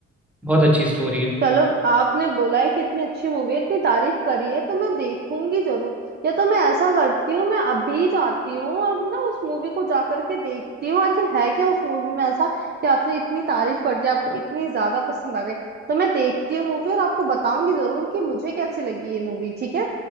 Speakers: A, in the centre; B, on the right (about 35°).
A: बहुत अच्छी स्टोरी है
B: चलो आपने बोला है कि इतनी अच्छी मूवी है इतनी तारीफ करी है तो मैं देखूंगी जरूर या तो मैं ऐसा करती हूँ मैं अभी जाती हूँ और ना उस मूवी को जा करके देखती हूँ आखिर है क्या उस मूवी में ऐसा कि आपने इतनी तारीफ कर दी आपको इतनी ज्यादा पसंद आ गई तो मैं देखती हूँ मूवी और आपको बताऊंगी जरूर कि मुझे कैसी लगी ये मूवी ठीक है